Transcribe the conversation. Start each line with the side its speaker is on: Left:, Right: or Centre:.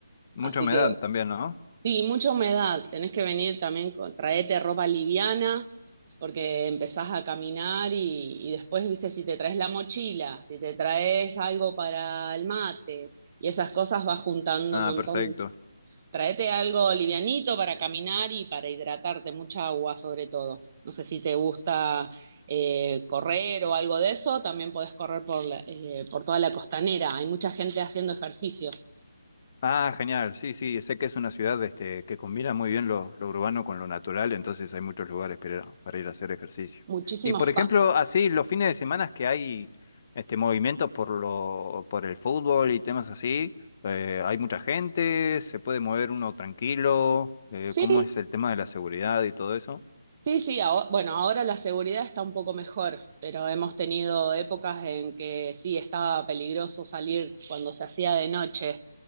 Left: Mucha
Right: Así
Left: humedad
Right: que
Left: también, ¿no?
Right: sí, mucha humedad, tenés que venir también, con, traete ropa liviana, porque empezás a caminar y, y después, viste, si te traes la mochila, si te traes algo para el mate y esas cosas vas juntando
Left: Ah,
Right: un montón
Left: perfecto.
Right: Traete algo livianito para caminar y para hidratarte, mucha agua sobre todo. No sé si te gusta eh, correr o algo de eso, también podés correr por, la- eh, por toda la costanera. Hay mucha gente haciendo ejercicio.
Left: Ah, genial. Sí, sí, sé que es una ciudad este, que combina muy bien lo, lo urbano con lo natural, entonces hay muchos lugares para, para ir a hacer ejercicio.
Right: Muchísimos
Left: Y por ejemplo,
Right: pa-
Left: así los fines de semana que hay este movimientos por lo, por el fútbol y temas así, eh, hay mucha gente, se puede mover uno tranquilo, eh,
Right: Sí,
Left: ¿cómo es el tema de la seguridad y todo eso?
Right: Sí, sí, aho- bueno, ahora la seguridad está un poco mejor, pero hemos tenido épocas en que sí estaba peligroso salir cuando se hacía de noche,